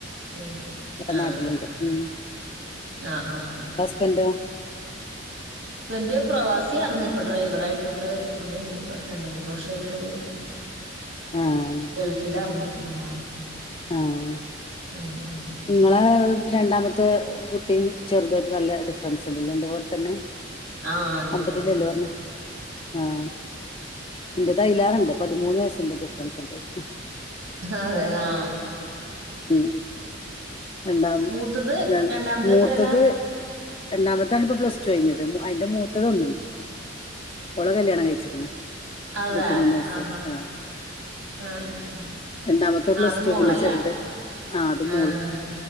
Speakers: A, on the right (about 75°); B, on the left (about 30°).
A: പെയിന്റിങ്.
B: ഇവിടെ
A: ആഹ്
B: നാട്ടിലുണ്ട് ഉം
A: ആഹ് ആഹ്
B: ഹസ്ബെന്റോ
A: ഹസ്ബന്റ് പ്രവാസി ആർന്നു ഇപ്പൊ ഡ്രൈവറായിട്ട് ഇവടെ ഇവടെ ഇണ്ട് ഇപ്പ, രണ്ട് മൂന്ന് വർഷായിട്ട് ഇവടെ ഇണ്ട്.
B: ആഹ്
A: ഗൾഫിലാർന്ന് ഉം
B: ആഹ്
A: ആഹ്
B: നിങ്ങളെ രണ്ടാമത്തെ കുട്ടിയും ചെറുതായിട്ട് നല്ല ഡിഫറൻസ് ഇണ്ടല്ലേ എന്റെ പോലെ തന്നെ.
A: ആഹ് ഡിഫറൻസ്
B: ഒമ്പതിലല്ലേ
A: ഇണ്ട്
B: പറഞ്ഞേ ആഹ് എന്റെ തയലാറ്ണ്ട് പതിമൂന്ന് വയസ്സിന്റെ ഡിഫറൻസ് ഇണ്ട് <unintelligible>
A: അതേനാ
B: ഉം രണ്ടാം
A: മൂത്തത്
B: രാ
A: രണ്ടാമത്തെ
B: മൂത്തത്
A: എത്രേലാ
B: രണ്ടാമത്താണ് ഇപ്പൊ പ്ലസ് ടു കഴിഞ്ഞത് അതിന്റെ മൂ ത്തതൊന്നിണ്ട് ഓളെ കല്യാണം കഴിച്ചിക്ക്ണ്.
A: അതെ
B: ഇരുപത്തി
A: ആഹാ
B: മൂന്ന് വയസായി ആഹ്
A: ആഹ് ആഹ് ആഹ്
B: രണ്ടാമത്തെ പ്ലസ്
A: അത്
B: ടു
A: മോളല്ലേ
B: പിന്നെ ചെറുത് ആ അത്
A: ആഹ്
B: മോള്.